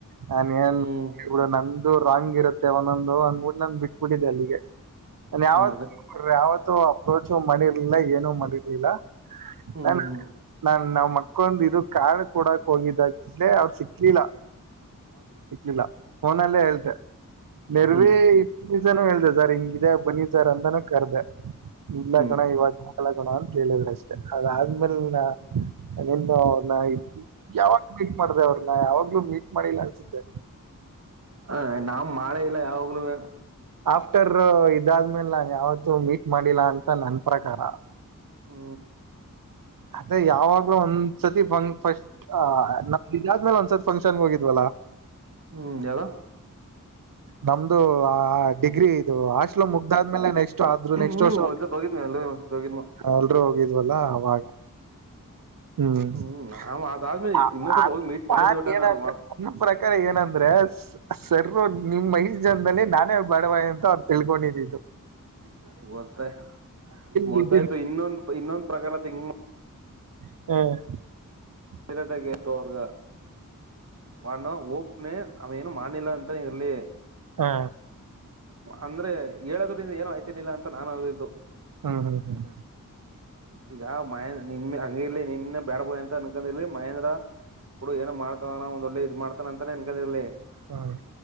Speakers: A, on the right (about 80°); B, on the right (about 50°).
A: ನಾನೇನ್
B: ಹ್ಮ್
A: ಇವಳ್ ನನ್ ದು ರಾಂಗ್ ಇರತ್ತೆ ಒಂದೊಂದು ಅದ್ನೋಡಿ ನಾನ್ ಬಿಟ್ಬಿಟ್ಟಿದ್ದೆ ಅಲ್ಲಿಗೆ. <unintelligible>
B: ಅದೇ
A: <unintelligible> <unintelligible> ಮಾಡಿರಲಿಲ್ಲ ಏನೂ ಮಾಡಿರಲಿಲ್ಲ
B: ಹ್ಮ್
A: <unintelligible> ಇದಕೊಂದ್ದು ಇದು ಕಾರ್ಡ್ ಕೊಡಕ್ಕೆ ಹೋಗಿದ್ದೆ <unintelligible> ಇಲ್ಲ ಫೋನ್ನಲ್ಲೆ ಹೇಳ್ದೆ ನೆರೆವಿ
B: ಹ್ಮ್
A: ಪ್ರತಿಸಲ ಹೇಳ್ದೆ ಸರ್ ಹಿಂಗ್ ಇದೆ ಬನ್ನಿ ಸರ್ ಅಂತಾನೂ ಕರದೇ ಇಲ್ಲ
B: ಹ್ಮ್
A: ಕಣ್ಣಯ್ಯ ಇವತ್ತ ನಾಳೆ ಬೇಡ ಅಂತ ಹೇಳಿದ್ರ ಅಷ್ಟೇ ಅದ ಆದ ಮೇಲೆ ನಾ <unintelligible> ಯಾವಾಗ ಮೀಟ್ ಮಾಡಿದ್ದೆ ಅವರನ್ನ ಯಾವಾಗ ಈಗಲೂ ಮೀಟ್ ಮಾಡಿಲ್ಲ ಅನಸುತ್ತೆ
B: ಆ ನಾವ್ ಮಾಡೇ ಇಲ್ಲ ಯಾವವು <unintelligible>
A: ಆಫ್ಟರ್ ಇದ ಆದ ಮೇಲೆ ನಾನ ಯಾವತ್ತೂ ಮೀಟ್ ಮಾಡಿಲ್ಲ ಅಂತ ನನ್ನ ಪ್ರಕಾರ
B: ಹೂ
A: ಅದೇ ಯಾವಾಗಲೂ ಒಂದ್ ಸತಿ <unintelligible> ಇದಾದ ಮೇಲೆ ಒಂದ್ ಸತಿ ಫಂಕ್ಷನ್ ಹೋಗಿದ್ವಿವಲ್ಲ
B: ಹೂ ಹೇಳು
A: ನಂದು ಆ ಡಿಗ್ರಿ ಇದು ಹಾಸ್ಟೆಲ್ ಮುಗದಾದ ಮೇಲೆ ನೆಕ್ಸ್ಟ್ ಅದ್ರ ನೆಕ್ಸ್ಟ್
B: ಹ್ಮ್
A: ವರ್ಷ
B: ಒಂದ್ಸತ್
A: <unintelligible>
B: ಹೋಗಿದ್ನು ಎಲ್ಲರೂ ಒಂದ್ಸತ್ ಹೋಗಿದ್ನು
A: ಎಲ್ಲರೂ ಹೋಗಿದ್ವಿವಲ್ಲ ಅವಾಗ ಹೂ <unintelligible>
B: ಹ್ಮ್ ನಾವ್ ಅದಾದ್ಮೇಲೆ ಇನ್ನೊಂದ್ಸತ್ ಹೋಗಿ ಮೀಟ್ ಮಾಡಿದ್ದೆ ಒಟ್ಟ ನಾನು
A: ನನ್ನ ಪ್ರಕಾರ ಏನಂದ್ರೆ <unintelligible> ನಿಮ್ಮ ಐದ ಜನದಲ್ಲಿ ನಾನೇ <unintelligible> ಎಂತ ಅದು ತಿಳ್ಕೊಂಡಿದಿದ್ದು
B: ಗೊತ್ತೇ ಗೊತ್ತಾಯಿತು
A: ಬಿದ್ದೀನಿ
B: ಇನ್ನೊಂದ ಇನ್ನೊಂದ ಪ್ರಕರಣ <unintelligible>
A: <unintelligible>
B: <unintelligible> ಮನ ಹೋಪನೆ ಅವ ಏನು ಮಾಡಿಲ್ಲ ಅಂತ ಇರಲಿ
A: ಹಾ
B: ಅಂದ್ರೆ ಹೇಳದರಿಂದ ಏನು ಆಯ್ತಾಇರಲಿಲ್ಲ ನಾನು ಅದು ಇದು
A: ಹ್ಮ್ ಹ್ಮ್ ಹ್ಮ್ ಹ್ಮ್
B: ಈಗ <unintelligible> ಬ್ಯಾಡ ಬಾಯ್ ಅಂತ <unintelligible> ಏನ ಇರಲಿ ಮಹೇಂದ್ರ ಬೀಡು ಏನು <unintelligible> <unintelligible> <unintelligible> ಇದು ಮಾಡತನ ಅಂತ ಅನ್ಕದಿರಲಿ
A: ಹ್ಮ್